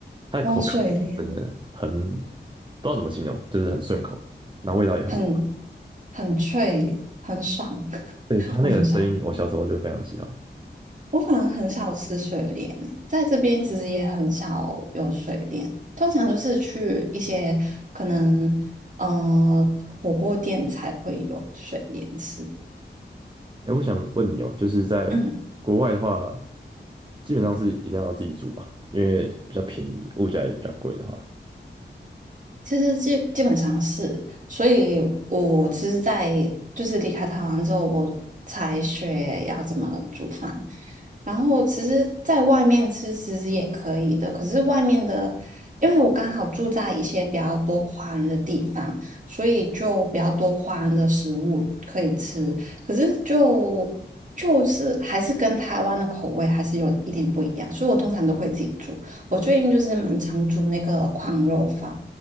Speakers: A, on the right; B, on the right.
A: 它的口感我觉得真的很，
B: 莴笋莲
A: 不知道怎么形容，就是很顺口，然后味道也很不错。
B: 很很脆，很爽，<laughs>
A: 对，它那个声音，
B: 我不知道
A: 我小时候就非常喜欢。
B: 我反而很少吃水莲欸在这边其实也很少有水莲，通常都是去一些可能呃火锅店才会有水莲吃。
A: 哎，我想问你哦，就是在国外的话，
B: 嗯。
A: 基本上是一定要自己煮吧，因为比较便宜，物价也比较贵的话。
B: 其实基基本上是，所以我其实，在就是离开台湾之后，我才学要怎么煮饭。然后其实在外面吃其实也可以的，可是外面的，因为我刚好住在一些比较多华人的地方，所以就比较多华人的食物可以吃。可是就就是还是跟台湾的口味还是有一点不一样，所以我通常都会自己煮。我最近就是蛮常煮那个矿肉饭。